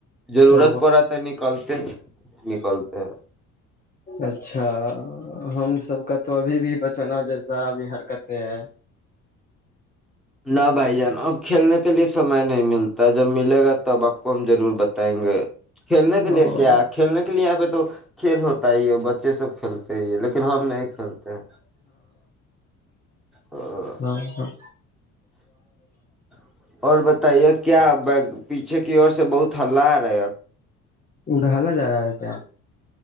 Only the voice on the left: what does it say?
او
اچھا ہم سب کا تو ابھی بھی بچنا جس زا بھی حرکتیں ہیں
ہاں
ہاں ہاں
ڈھالا جا رہا ہے کیا